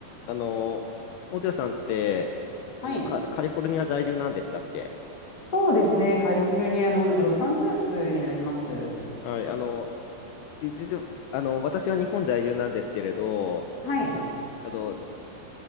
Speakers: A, on the left; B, on the left.
A: あの、元谷さんって、
B: はい。
A: あの、カ、カリフォルニア在住なんでしたっけ
B: そうですね。カリフォルニアのロサンゼルスになります。
A: はい、あの、じ実は、あの、私は日本在住なんですけれど、
B: はい。
A: あの、